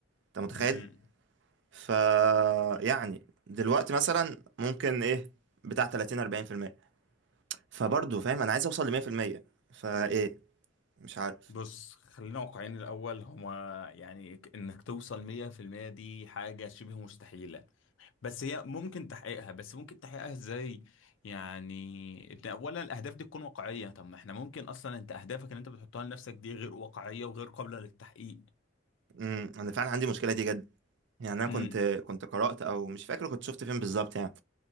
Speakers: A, on the right; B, on the left.
A: انت متخيل
B: مم.
A: ف يعني دلوقتي مثلا ممكن ايه بتاع 30 40% فبرضه فاهم انا عايز اوصل ل 100% فايه مش عارف
B: بص خلينا واقعيين الأول هما يعني ك- إنك توصل 100% دي حاجة شبه مستحيلة بس هي ممكن تحقيقها بس ممكن تحقيقها إزاي؟ يعني أنت أولا الأهداف دي تكون واقعية طب ما احنا ممكن أصلا أنت أهدافك اللي أنت بتحطها لنفسك دي غير واقعية وغير قابلة للتحقيق.
A: امم انا فعلا عندي المشكله دي جد يعني انا كنت
B: امم
A: كنت قرات او مش فاكر كنت شفت فين بالظبط يعني